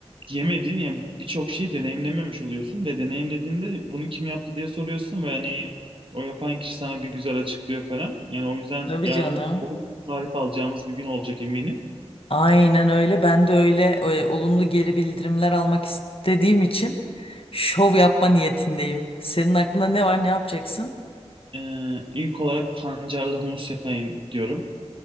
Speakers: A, on the right; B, on the left.
A: yemediğin yani birçok şeyi deneyimlememiş oluyorsun ve deneyimlediğinde bunu kim yaptı diye soruyorsun ve hani o yapan kişi sana bir güzel açıklıyor falan. Yani o yüzden
B: Tabii
A: yarın
B: canım.
A: bol tarif alacağımız bir gün olacak eminim.
B: Aynen öyle. Ben de öyle e, olumlu geri bildirimler almak istediğim için şov yapma niyetindeyim. Senin aklında ne var? Ne yapacaksın?
A: Ee, ilk olarak pancarlı humus yapayım diyorum.